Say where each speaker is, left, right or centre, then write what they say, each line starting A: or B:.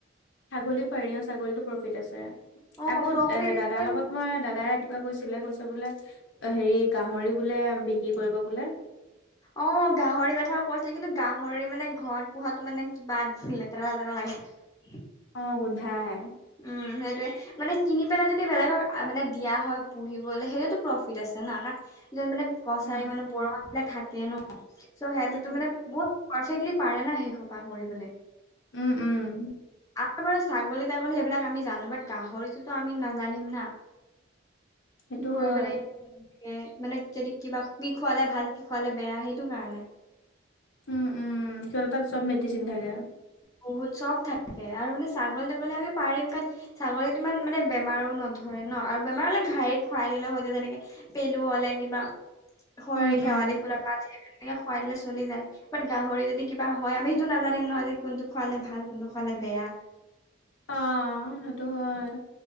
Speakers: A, on the left (about 75°); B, on the left (about 15°).
A: ছাগলীও পাৰি অ' ছাগলীতটো প্ৰফিট আছে,
B: অ
A: আকৌ
B: প্ৰফিট
A: এ' দাদাৰ
B: আছে
A: লগত মই দাদাই ৰাতি কিবা কৈছিলে, কৈছে বোলে হেৰি গাহৰি বোলে বিক্ৰী কৰিব বোলে।
B: অ' গাহৰি কথা কৈছিলে কিন্তু গাহৰিৰ মানে ঘৰত পোহাতো মানে কিবা লেতেৰা - লেতেৰা ল হয়।
A: অ' গোন্ধাই।
B: উম সেইটোয়ে মানে কিনি পেলাই যদি বেলেগক মানে দিয়া হয় পোহিবলে সেইটো প্ৰফিট আছে ন, কাৰণ য মানে কছাৰী
A: উম
B: মানুহ বড় মানুহ বিিলাক থাকে ন চ' সিহঁতেতো
A: উম উম
B: মানে বহুত <inaudible> পাৰে না শেই সোপা কৰিবলৈ <inaudible>
A: উম উম।
B: আমাৰ বাৰু ছাগলী - তাগলী সেইবিলাক আমি জানো বাট গাহৰিটোতো আমি নাজানিম না।
A: সেইটো
B: কি কৰিব
A: হয়
B: লাগে মানে যদি কিবা কি খুৱালে ভাল। খোৱালে বেয়া সেইটো কাৰণে
A: উম উম সৰতত আৰু চব মেডিচিন থাকে।
B: বহুত চব থাকে আৰু মানে ছাগলী -তাগলী আমি পাৰিম কাৰণ ছাগলীতো ইমান মানে বেমাৰো নধৰে। ন আৰু বেমাৰ হলে ঘাইৰিক খুৱাই দিলে হৈ য যেনেকে পেলু হ'লে কিবা হয়
A: উম
B: শেৱালি
A: উম
B: ফুলৰ পাঠ তেনেকে খুৱাই দিলে চলি যায় ব গাহৰি যদি কিবা হয় আমি সেইটো নাজানিম নহয় যে কোনটো খোৱালে ভাল, কোনটো খোৱালে বেয়া
A: অঁ সেইটো হয়।